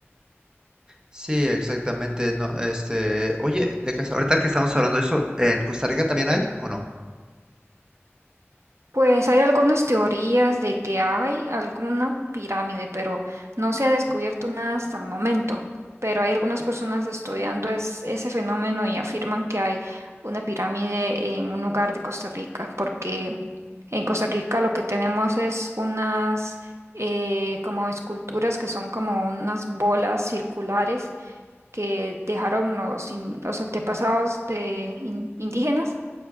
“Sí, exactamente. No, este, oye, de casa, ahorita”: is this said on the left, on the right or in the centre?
Right